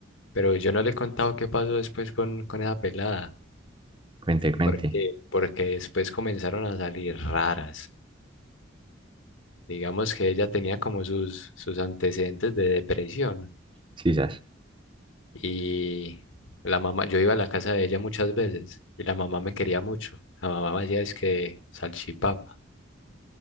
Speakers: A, on the left; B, on the right.
A: Pero yo no le he contado qué pasó después con, con esa pelada.
B: Cuente, cuente,
A: Porque, porque después comenzaron a salir raras. Digamos que ella tenía como sus, sus antecedentes de depresión.
B: sí, sas.
A: Y la mamá, yo iba a la casa de ella muchas veces y la mamá me quería mucho. La mamá me hacía es que salchipapa.